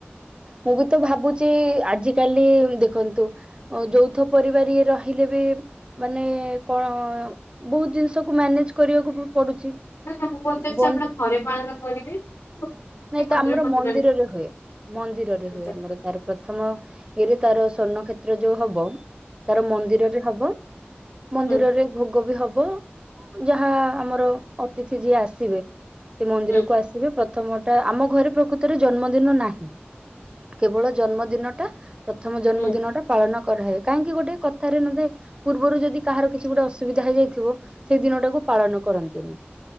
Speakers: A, on the right; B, on the left.
A: ମୁଁ ବି ତ ଭାବୁଛି ଆଜିକାଲି ଦେଖନ୍ତୁ। ଯୌଥ ପରିବାର ଇଏ ରହିଲେ ବି ମାନେ କଣ ବୋହୁତ ଜିନିଷକୁ ମ୍ୟାନେଜ କରିବାକୁ ପଡୁଛି
B: ମୁଁ ପଚାରିଛି
A: ବନ୍ଦ
B: ଆପଣ ଘରେ ପାଳନ କରିବେ।
A: ନାଇଁ
B: କି ମନ୍ଦିର
A: ତ ଆମର
B: ଫନ୍ଦିରରେ
A: ମନ୍ଦିରରେ ହୁଏ। ମନ୍ଦିରରେ
B: ହୁଁ
A: ହୁଏ ଆମର ତାର ପ୍ରଥମ ଇରେ ତାର ସ୍ଵର୍ଣ୍ଣ କ୍ଷେତ୍ରରେ ଯୋଉ ହବ ତାର ମନ୍ଦିରରେ ହବ ମନ୍ଦିରରେ
B: ହୁଁ
A: ଭୋଗ ବି ହବ। ଯାହା ଆମର ଅତିଥି ଯିଏ ଆସିବେ ସେ ମନ୍ଦିରକୁ
B: ହୁଁ ହୁଁ
A: ଆସିବେ ପ୍ରଥମ ଟା ଆମ ଘରେ ପ୍ରକୃତରେ ଜନ୍ମଦିନ ନାହିଁ। କେବଳ ଜନ୍ମଦିନ ଟା ପ୍ରଥମ ଜନ୍ମଦିନ
B: ହୁଁ
A: ଟା ପାଳନ କରାହଏ କାହିଁକି ଗୋଟେ କଥାରେ ନଥା ଏ ପୂର୍ବରୁ ଯଦି କାହାର କିଛି ଗୋଟେ ଅସୁବିଧା ହେଇଯାଇଥିବ ସେଇ ଦିନ ଟାକୁ ପାଳନ କରନ୍ତିନି।